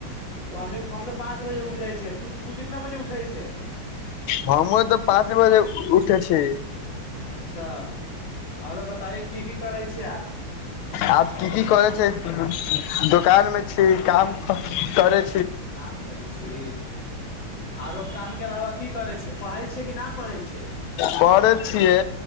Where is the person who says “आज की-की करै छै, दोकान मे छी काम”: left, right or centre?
Left